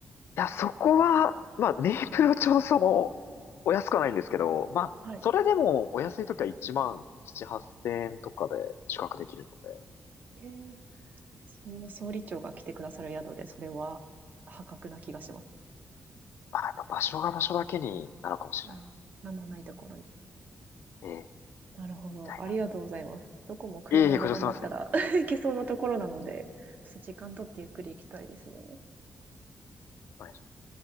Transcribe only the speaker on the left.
いや、そこは、まあ、ネイプルちょうどその、お安くはないんですけど、まあ、
それでもお安い時は1万7、8千円とかで宿泊できるので、
まあ、やっぱ場所が場所だけになるかもしれないです。
ええみ
たいな。
いえいえ、ご乗車すいません。
お願いします